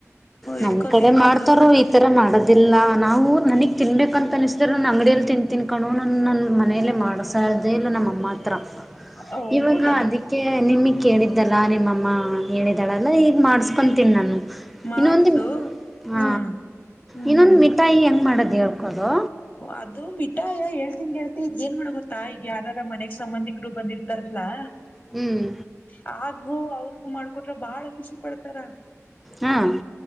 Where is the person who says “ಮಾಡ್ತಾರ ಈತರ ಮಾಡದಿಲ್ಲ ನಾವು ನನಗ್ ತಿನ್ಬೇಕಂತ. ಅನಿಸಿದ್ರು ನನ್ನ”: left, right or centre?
Centre